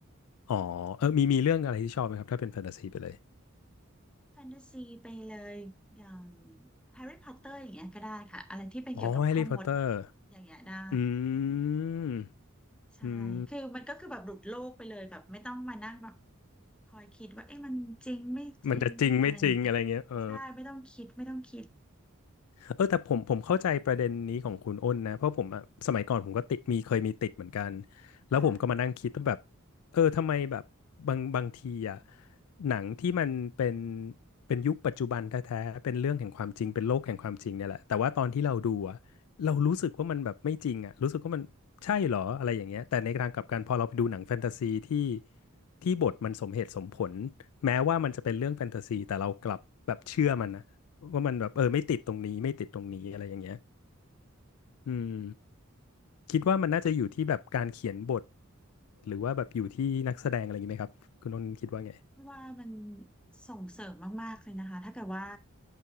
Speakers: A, on the left (about 85°); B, in the centre.
A: อ๋อเออมีมีเรื่องอะไรที่ชอบไหมครับถ้าเป็นแฟนตาซีไปเลย
B: แฟนตาซีไปเลยอย่างแฮร์รี่พอตเตอร์อย่างเงี้ยก็ได้ค่ะอะไรที่เป็นเกี่ยวกับพ่อมด
A: อ๋อแฮร์รี่พอตเตอร์
B: อย่างเงี้ยได้
A: อืม
B: ใช่คือมันก็คือแบบหลุดโลกไปเลยแบบไม่ต้องมานั่งแบบ
A: อืม
B: คอยคิดว่าเอ๊ะมันจริงไม่จริงอะไรอย่างเงี้ย
A: มันจะจริงไม่จริงอะไรเงี้ยเออ
B: ใช่ไม่ต้องคิดไม่ต้องคิด
A: เออแต่ผมผมเข้าใจประเด็นนี้ของคุณอ้นนะเพราะผมอะสมัยก่อนผมก็ติดมีเคยมีติดเหมือนกันแล้วผมก็มานั่งคิดว่าแบบ
B: ค่ะ
A: เออทำไมแบบบางบางทีอะหนังที่มันเป็นเป็นยุคปัจจุบันแท้ๆเป็นเรื่องแห่งความจริงเป็นโลกแห่งความจริงเนี่ยแหละแต่ว่าตอนที่เราดูอะเรารู้สึกว่ามันแบบไม่จริงอะรู้สึกว่ามันใช่เหรออะไรอย่างเงี้ยแต่ในทางกลับกันพอเราไปดูหนังแฟนตาซีที่ที่บทมันสมเหตุสมผลแม้ว่ามันจะเป็นเรื่องแฟนตาซีแต่เรากลับแบบเชื่อมันอะ ว่ามันแบบเออไม่ติดตรงนี้ไม่ติดตรงนี้อะไรอย่างเงี้ยอืมคิดว่ามันน่าจะอยู่ที่แบบการเขียนบท
B: จริง
A: หรือว่าแบบอยู่ที่นักแสดงอะไรอย่างงี้ไหมครับคุณนนท์คิดว่าไง
B: ว่ามันส่งเสริมมากๆเลยนะคะถ้าเกิดว่า